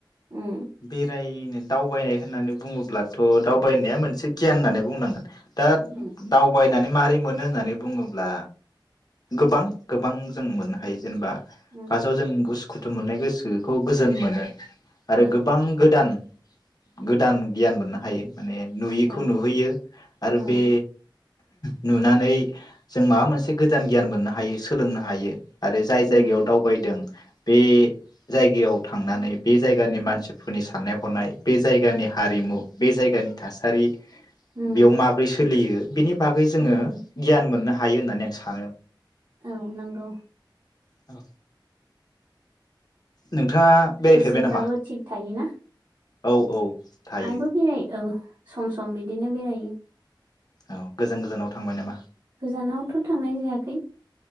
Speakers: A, on the right (about 60°); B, on the left (about 50°).
A: उम
B: बेराय दावबायनाय होननानै बुङोब्लाथ दावबायनाया मोनसे गियान होननानै बुंनांगोन। दा
A: उम
B: दावबायनानै मारै मोनो होननानै बुङोब्ला गोबां गोबां जों मोननो हायो जेनेबा
A: उम
B: फार्साव जों गो <unintelligible> सोखौ गोजोन मोनो।
A: उम
B: आरो गोबां गोदान गोदान गियान मोननो हायो। माने नुयैखौ
A: औ
B: नुहैयो आरो
A: औ
B: बे नुनानै जों माबा मोनसे गोदान गियान मोननो हायो सोलोंनो हायो। आरो जाय
A: उम
B: जायगायाव दावबायदों बे जायगायाव थांनानै बे जायगानि मानसिफोरनि साननाय हनाय बे जायगानि हारिमु बे जायगानि थासारि
A: उम
B: बेयाव माब्रै सोलियो बिनि बागै जोङो
A: उम
B: गियान मोननो हा यो होननानै आं सानो।
A: औ नंगौ
B: औ नों थाङा बेरायफेरबाय
A: गोसोफ्राबो
B: नामा?
A: थिग थायोना
B: औ औ थायो
A: आंबो बेराय औ सम सम बिदिनो बेरायो।
B: औ गोजान गोजानाव थांबाय नामा?
A: गोजानावथ थांनाय जायाखै